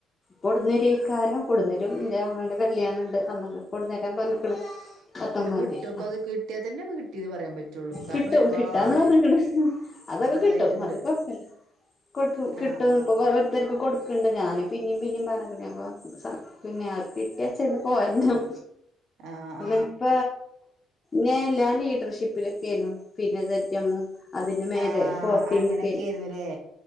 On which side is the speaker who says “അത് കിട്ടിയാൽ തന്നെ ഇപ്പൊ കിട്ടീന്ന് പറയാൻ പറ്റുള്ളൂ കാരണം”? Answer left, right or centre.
Right